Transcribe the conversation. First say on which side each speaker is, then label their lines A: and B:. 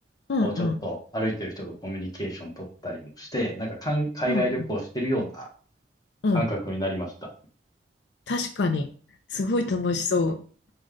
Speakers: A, on the left; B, on the left.
A: うん
B: こうちょっと歩いてる人とコミュニケーション取ったりもして、なんかかん海外旅行してるような
A: うん、うん、うん
B: 感覚になりました。
A: 確かに。すごい楽しそう。